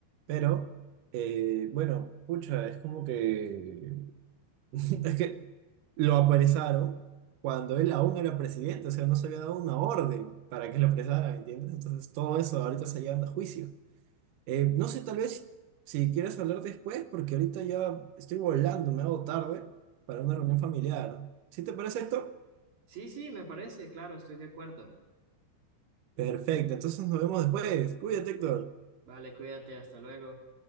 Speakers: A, on the right; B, on the right.
A: Pero, eh, bueno, pucha, es como que. <laughs> Es que Lo apresaron cuando él aún era presidente, o sea, no se había dado una orden para que lo apresaran, ¿entiendes? Entonces todo eso ahorita está llevando a juicio. Eh, no sé, tal vez si quieres hablar después, porque ahorita ya estoy volando, me hago tarde para una reunión familiar. ¿Sí te parece, Héctor?
B: Sí, sí, me parece, claro, estoy de acuerdo.
A: Perfecto, entonces nos vemos después. Cuídate, Héctor.
B: Vale, cuídate, hasta luego.